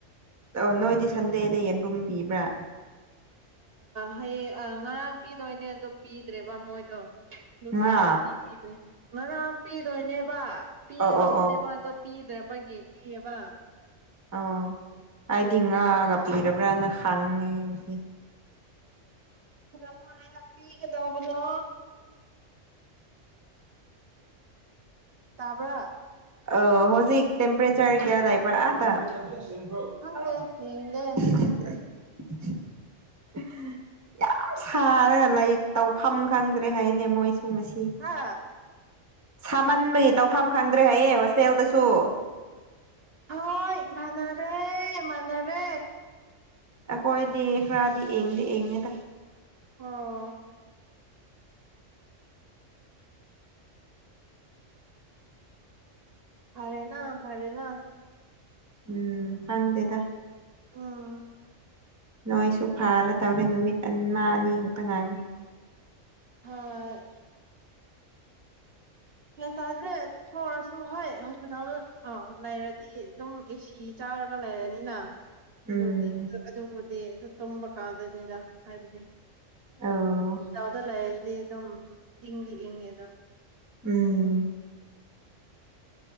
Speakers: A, on the right; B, on the right.
A: ꯑꯣ ꯅꯣꯏꯗꯤ ꯁꯟꯗꯦꯗ ꯌꯦꯟꯔꯨꯝ ꯄꯤꯕ꯭ꯔꯥ
B: ꯍꯌꯦꯡ ꯉꯔꯥꯡ ꯄꯤꯗꯣꯏꯅꯦ ꯑꯗꯣ ꯄꯤꯗ꯭ꯔꯦꯕ ꯃꯣꯏꯗꯣ ꯑꯗꯨꯒꯤ
A: ꯉꯥ
B: ꯉꯁꯤ ꯄꯤꯕꯅꯦ ꯉꯔꯥꯡ ꯄꯤꯗꯣꯏꯅꯦꯕ ꯄꯤꯒꯗꯧꯕꯅꯦꯕ
A: ꯑꯣ ꯑꯣ ꯑꯣ
B: ꯑꯗꯣ ꯄꯤꯗ꯭ꯔꯕꯒꯤ ꯄꯤꯌꯦꯕ
A: ꯑꯣ ꯍꯥꯏꯗꯤ
B: ꯑꯗꯨꯒꯤ
A: ꯉꯥꯒ ꯄꯤꯔꯕ꯭ꯔꯅ ꯈꯪꯉꯦ
B: ꯑꯃ ꯄꯤꯒꯗꯕꯅꯣ ꯇꯥꯕ꯭ꯔ
A: ꯑ ꯍꯧꯖꯤꯛ ꯇꯦꯝꯄꯔꯦꯆꯔ ꯀꯌꯥ ꯂꯥꯛꯏꯕ꯭ꯔꯥ ꯑꯥꯇ <unintelligible>
B: ꯈꯪꯗꯦ ꯌꯦꯡꯗꯦ
A: ꯌꯥꯝ ꯁꯥꯔꯒ ꯂꯩ ꯇꯧꯐꯝ ꯈꯪꯗ꯭ꯔꯦ ꯍꯥꯏꯅꯦ ꯃꯣꯏꯁꯦ ꯁꯤ
B: ꯍꯥ
A: ꯁꯥꯃꯟꯕꯒꯤ ꯇꯧꯐꯝ ꯈꯪꯗꯦ ꯦ ꯍꯥꯏꯌꯦ ꯍꯁꯦꯜꯗꯁꯨ
B: ꯍꯣꯏ ꯃꯅꯔꯦ ꯃꯅꯔꯦ
A: ꯑ ꯑꯩꯣꯏ ꯗꯈ ꯔꯥꯗꯤ ꯑꯦꯗ ꯑꯦꯉꯦꯗ
B: ꯑꯣ ꯐꯔꯦꯅꯥ ꯐꯔꯦꯅꯥ
A: ꯎꯝ ꯈꯪꯗꯦꯗ
B: ꯑꯥ
A: ꯅꯣꯏꯁꯨ ꯐꯥꯔ ꯇꯧꯔꯦ ꯅꯨꯃꯤꯠ ꯑꯅꯤ ꯈꯛꯇ ꯉꯥꯏꯔꯦ
B: ꯑ ꯌꯥ ꯇꯥꯗ꯭ꯔꯦ ꯊꯔꯁꯨ ꯍꯣꯏ ꯍꯣꯁꯄꯤꯇꯥꯜꯗ ꯑꯥꯎ ꯂꯩꯔꯗꯤ ꯑꯗꯨꯝ ꯑꯦꯁꯤ ꯆꯥ ꯀꯔꯒ ꯂꯩꯔꯅꯤꯅ ꯑꯗꯨꯗꯤ
A: ꯎꯝ
B: ꯑꯗꯨꯕꯨꯗꯤ ꯑꯗꯨ ꯇꯨꯝꯕ ꯀꯥꯟꯗꯅꯤꯗ ꯍꯥꯏꯕꯕꯁꯤ
A: ꯑꯣ
B: ꯆꯗ ꯂꯥꯏꯗ ꯑꯦꯗ ꯏ ꯏ ꯑꯦꯗ
A: ꯎꯝ